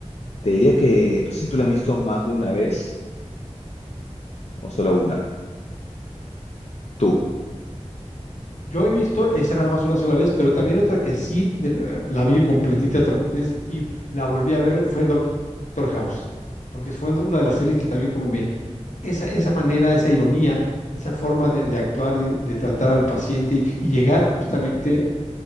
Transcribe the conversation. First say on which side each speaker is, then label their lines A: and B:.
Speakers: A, on the left; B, on the left.
A: Te diría que, no sé si tú la has visto más de una vez o solo una. Tú.
B: Yo he visto esa nada más una sola vez, pero también otra que sí de- eh, la vi completita otra vez y la volví a ver fue Doctor House, porque fue una de las series que también como me, esa, esa manera, esa ironía, esa forma de, de actuar y de tratar al paciente y, y llegar justamente